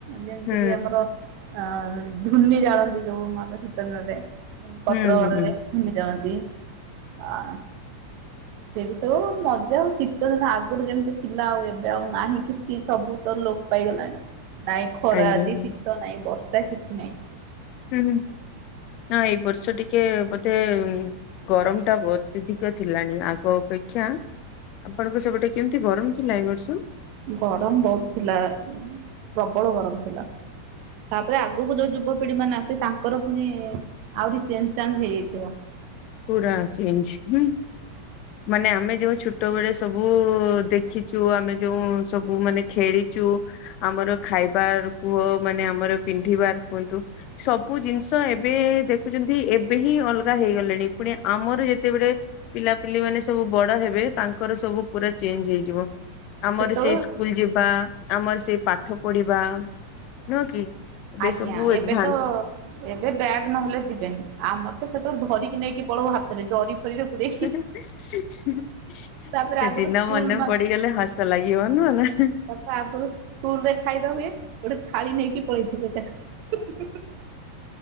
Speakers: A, on the right; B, on the left.
A: ଯେମିତି
B: ହୁଁ
A: କି ଆମର ଅ ଧୂନି ଜାଳନ୍ତି ଯୋଉ ମ ଶୀତ ଦିନର ପତ୍ରରେ
B: ହୁଁ
A: ଘରରେ
B: ହୁଁ।
A: ଧୁନି ଜାଳନ୍ତି ଆ ସେଇଠି ସବୁ ମଜା ହଉ ଶୀତଦିନ ଆଗରୁ ଯେମିତି ଥିଲା ଆଉ ଏବେ ଆଉ ନାହିଁ କିଛି ସବୁ ତ ଲୋ ପାଇଗଲାଣି ନାଇଁ ଖରା
B: ଆଜ୍ଞା
A: ଅଛି
B: ହୁଁ
A: ଶୀତ ନାଇଁ ବର୍ଷା କିଛି ନାଇଁ।
B: ହୁ ନା ଏଇ ବର୍ଷ ଟିକେ ବୋଧେ ଗରମ ଟା ଅତ୍ୟଧିକ ଥିଲାଣି ଆଗ ଅପେକ୍ଷା ଆପଣଙ୍କ ସେପଟେ କେମିତି ଗରମ ଥିଲା ଏ ବର୍ଷ?
A: ଗରମ ବହୁତ ଥିଲା ପ୍ରବଳ ଗରମ ଥିଲା। ତାପରେ ଆଗକୁ ଯୋଉ ଯୁବପିଢି ମାନେ ଆସିବେ ତାଙ୍କର ପୁଣି ଆହୁରି ଚେଞ୍ଜ ଚାଞ୍ଜ ହେଇଯାଇଥିବ।
B: ପୁରା ଚେଞ୍ଜ ନାଇ? ମାନେ ଆମେ ଯୋଉ ଛୋଟବେଳେ ସବୁ ଦେଖିଛୁ ଆମେ ଯୋଉ ସବୁ ମାନେ ଖେଳି ଚୁ ଆମର ଖାଇବାର କୁହ ମାନେ ଆମର ପିନ୍ଧିବାର କୁହନ୍ତୁ। ସବୁ ଜିନିଷ ଏବେ ଦେଖୁଛନ୍ତି ଏବେ ହିଁ ଅଲଗା ହେଇଗଲେଣି। ପୁଣି ଆମର ଯେତେବେଳେ ପିଲାପିଲି ମାନେ ସବୁ ବଡ ହେବେ ତାଙ୍କର ସବୁ ପୁରା ଚେଞ୍ଜ ହେଇଯିବ। ଆମରି
A: ସେତେବେଳୁ
B: ସେଇ ସ୍କୁଲ ଯିବା ଆମରି ସେଇ ପାଠ ପଢିବା ନୁହଁ କି? ଏବେ
A: ଆଜ୍ଞା
B: ସବୁ ଏଡଭାନ୍ସ।
A: ଏବେ ତ ଏବେ ବ୍ୟାଗ୍ ନହେଲେ ଯିବେନି ଆମର ତ ସେତେବେଳେ ଧରି ନେଇକି ପଳଉ ହାତରେ ଜରି ଫରିରେ ପୁରେଇକି
B: <unintelligible>
A: ତାପରେ
B: ସେ
A: ଆଗରୁ
B: ଦିନ
A: ସ୍କୁଲ
B: ମନେ ପଡିଗଲେ ହସ ଲାଗିବ ନୁହଁ ନା?
A: ତାପରେ ଆଗରୁ ସ୍କୁଲ ରେ ଖାଇବା ହୁଏ ଗୋଟେ ଥାଳି ନେଇକି ପଳେଇବୁ। <unintelligible>